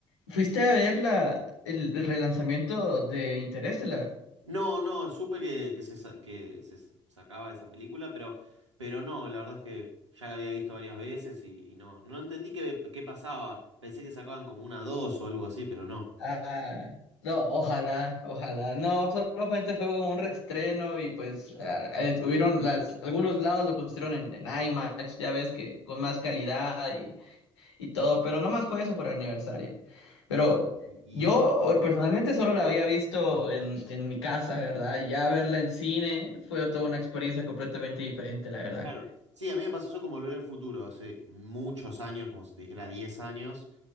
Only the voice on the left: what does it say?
¿Fuiste a ver la, el, el relanzamiento de Interestelar?
Ah, no, ojalá, ojalá. No, solamente fue como un reestreno y pues ah, eh, tuvieron las, algunos lados lo pusieron en, en IMAX, ya ves que con más calidad y, y todo, pero nomás fue eso por aniversario. Pero
yo
o- personalmente solo la había visto en, en mi casa, ¿verdad? Y Ya verla en cine fue toda una experiencia completamente diferente, la verdad.